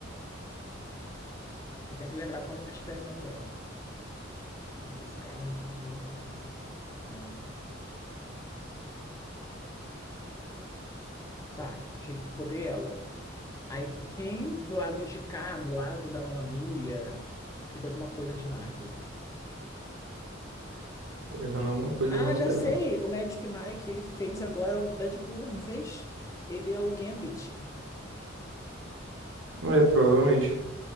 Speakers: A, on the left; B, on the right.
A: Eu tenho que lembrar como que escreve o nome dela. Aqui, Scarlett Johansson. Johansson. Tá, cheguei, botei ela. Aí, quem do lado de cá, do lado da Mamma Mia, fez alguma coisa de Marvel?
B: Tô errando alguma coisa
A: Ah,
B: no nome
A: já
B: dela.
A: sei! O Magic Mike, ele fez agora o Deadpool, não fez? Ele é o Gambit.
B: É, provavelmente.